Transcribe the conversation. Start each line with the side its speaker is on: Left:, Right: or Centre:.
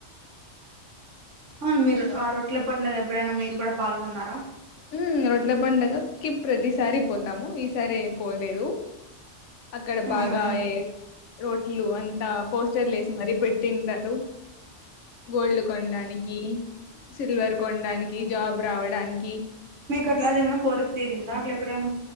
Right: అవును మీరు ఆ రొట్టెల పండుగ ఎప్పుడైనా మీరు కూడా పాల్గొన్నారా
Left: ఉ రొట్టెల పండుగకి ప్రతిసారి పోతాము ఈసారి పోలేదు అక్కడ బాగా
Right: అవునా
Left: రోట్లు అంతా పోస్టర్లు వేసి మరీ పెట్టింటారు గోల్డ్ కొనడానికి సిల్వర్ కొనడానికి జాబ్ రావడానికి
Right: మీకు అట్లా అది ఏమైనా కోరిక తీరిందా అట్లా ఎప్పుడైనా